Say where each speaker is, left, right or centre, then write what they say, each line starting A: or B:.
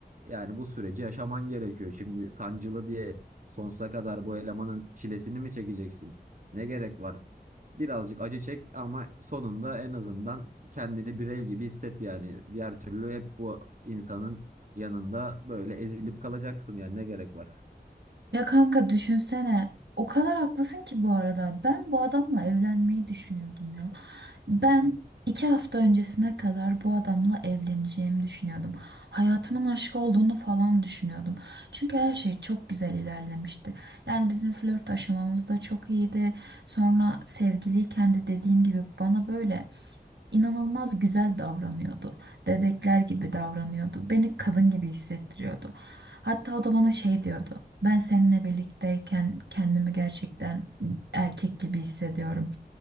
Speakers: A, on the right; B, on the right.
A: yani bu süreci yaşaman gerekiyor. Şimdi sancılı diye sonsuza kadar bu elemanın çilesini mi çekeceksin? Ne gerek var? Birazcık acı çek ama sonunda en azından kendini birey gibi hisset yani. Diğer türlü hep bu insanın yanında böyle ezilip kalacaksın yani ne gerek var?
B: Ya kanka düşünsene. O kadar haklısın ki bu arada. Ben bu adamla evlenmeyi düşünüyordum ya. Ben iki hafta öncesine kadar bu adamla evleneceğimi düşünüyordum. Hayatımın aşkı olduğunu falan düşünüyordum. Çünkü her şey çok güzel ilerlemişti. Yani bizim flört aşamamız da çok iyiydi. Sonra sevgiliyken de dediğim gibi bana böyle inanılmaz güzel davranıyordu. Bebekler gibi davranıyordu. Beni kadın gibi hissettiriyordu. Hatta o da bana şey diyordu. Ben seninle birlikteyken kendimi gerçekten erkek gibi hissediyorum.